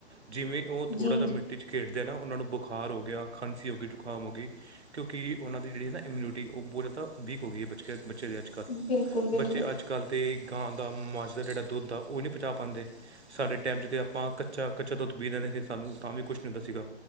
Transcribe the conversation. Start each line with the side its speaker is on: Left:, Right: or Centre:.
Right: ਜਿਵੇਂ ਉਹ ਥੋੜ੍ਹਾ
Left: ਜੀ
Right: ਜਿਆ
Left: ਜੀ,
Right: ਮਿੱਟੀ 'ਚ ਖੇਡਦੇ ਆ ਨਾ ਉਹਨਾਂ ਨੂੰ ਬੁਖਾਰ ਹੋ ਗਿਆ, ਖਾਂਸੀ ਹੋ ਗਈ, ਜ਼ੁਕਾਮ ਹੋ ਗਈ ਕਿਉਂਕਿ ਉਹਨਾਂ ਦੀ ਜਿਹੜੀ ਨਾ ਇਮਿਊਨਿਟੀ ਉਹ ਬਹੁਤ ਜ਼ਿਆਦਾ ਵੀਕ ਹੋ ਗਈ ਹੈ ਬੱਚੇ -ਬੱਚੇ ਦੇ ਅੱਜ ਕੱਲ,
Left: ਬਿਲਕੁਲ ਬਿਲਕੁਲ
Right: ਬੱਚੇ ਅੱਜ -ਕੱਲ ਦੇ ਗਾਂ ਦਾ, ਮੱਝ ਦਾ ਜਿਹੜਾ ਦੁੱਧ ਆ ਉਹ ਨਹੀਂ ਪਚਾ ਪਾਂਦੇ। ਸਾਡੇ ਟਾਈਮ 'ਚ ਤਾਂ ਆਪਾਂ ਕੱਚਾ-ਕੱਚਾ ਦੁੱਧ ਪੀ ਲੈਂਦੇ ਸੀ ਸਾਨੂੰ ਤਾਂ ਵੀ ਕੁਛ ਨਹੀਂ ਹੁੰਦਾ ਸੀਗਾ।